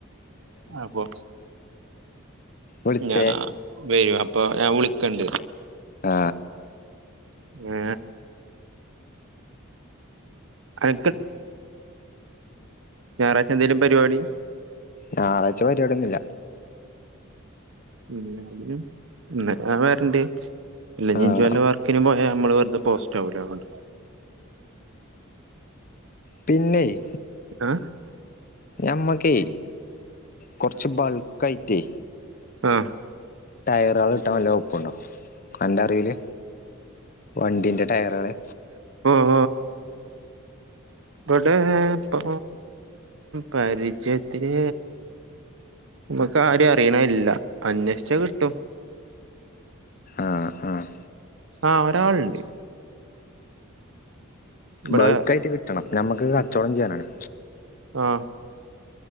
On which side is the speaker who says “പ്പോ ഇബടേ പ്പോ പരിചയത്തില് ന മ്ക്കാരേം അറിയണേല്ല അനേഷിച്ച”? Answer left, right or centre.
Right